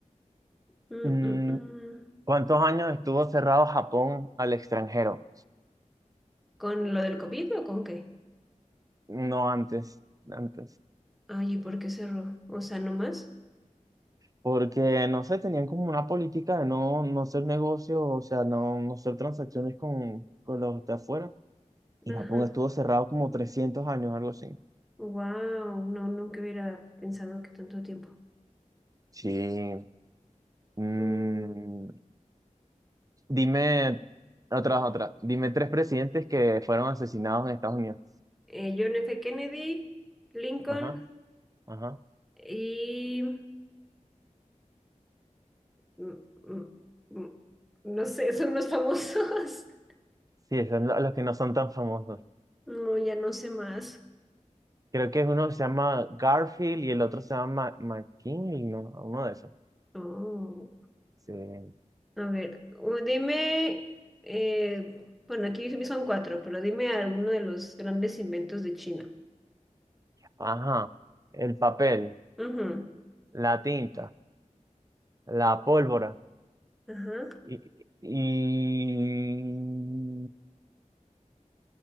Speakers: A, in the centre; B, on the right (about 25°).
A: Mm,
B: Mm,
A: mm, mm.
B: ¿Cuántos años estuvo cerrado Japón al extranjero?
A: ¿Con lo del COVID o con qué?
B: No antes, antes.
A: Ay, ¿y por qué cerró? O sea, ¿no más?
B: porque no sé, tenían como una política de no, no hacer negocios, o sea, no, no hacer transacciones con, con los de afuera. Y
A: Ajá.
B: Japón estuvo cerrado como trescientos años, algo así.
A: Wow, no, nunca hubiera pensado que tanto tiempo.
B: Sí. Mm,
A: Mm,
B: dime, otra, otra. Dime tres presidentes que fueron asesinados en Estados Unidos.
A: eh, John F. Kennedy, Lincoln
B: Ajá, ajá.
A: y... mm, mm, mm, no sé, <laughs> son los famosos. <laughs>
B: Sí, son lo- los que no son tan famosos.
A: No, ya no sé más.
B: Creo que es uno que se llama Garfield y el otro se llama Ma- McKinley, ¿no? Uno de esos.
A: Oh,
B: Sí.
A: a ver, o dime... eh, bueno, aquí son cuatro, pero dime alguno de los grandes inventos de China.
B: Ajá. El papel,
A: Ujú.
B: la tinta, La pólvora.
A: Ajá.
B: Y, y-